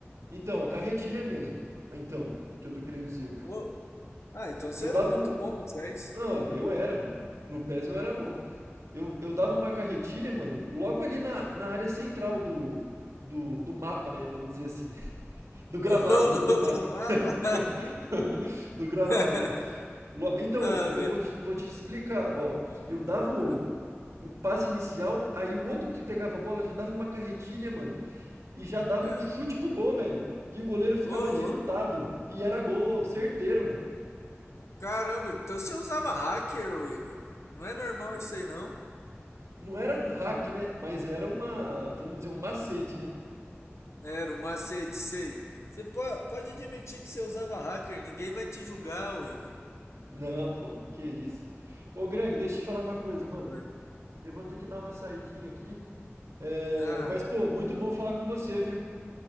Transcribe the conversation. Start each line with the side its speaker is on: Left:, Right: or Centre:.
Right: Então, a carretilha mesmo. Então, que eu tô querendo dizer.
Left: Ô, Ah, então você
Right: Eu
Left: era
Right: dava
Left: muito
Right: um.
Left: bom no pés
Right: Ah, eu era. No PES eu era bom. Eu, eu dava uma carretilha, mano, logo ali na,
Left: É.
Right: na área central do, do, do mapa, né? Vamos dizer assim. <laughs>
Left: <laughs>
Right: Do gramado,
Left: Ô, louco
Right: não do mapa.
Left: do mapa!
Right: <laughs> Do gramado,
Left: <laughs>
Right: né? Lo- Então,
Left: Ah,
Right: pô,
Left: velho.
Right: eu vou te, vou te explicar, ó. Eu dava o,
Left: Ah,
Right: o passe inicial, aí o outro que pegava a bola já dava uma carretilha, mano. E já dava
Left: é.
Right: um chute pro gol, velho. E o goleiro ficava
Left: Ô,
Right: adiantado.
Left: louco!
Right: E era gol certeiro, mano.
Left: Caramba, então você usava hacker, ô Igor. Não é normal isso aí, não?
Right: Não era um hack, né? Mas era uma, vamos dizer, um macete, né?
Left: Era o macete, sei. Você po- pode admitir que você usava hacker, ninguém vai te julgar, ô Igor.
Right: Não, pô, que isso. Ô, Greg, deixa eu te falar uma coisa, mano.
Left: Foi.
Right: Eu vou ter que dar uma saidinha aqui. É,
Left: Ah,
Right: Mas, pô, muito bom falar com você, viu?